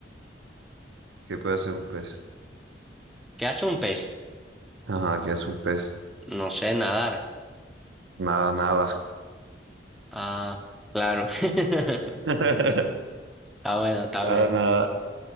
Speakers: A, on the right; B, in the centre.
A: ¿Qué puede hacer un pez?
B: ¿Qué hace un pez?
A: Ajá, ¿qué hace un pez?
B: No sé nadar.
A: Nada, nada.
B: Ah, claro. <laughs> Está
A: <laughs>
B: bueno, está
A: Para
B: bueno.
A: nada.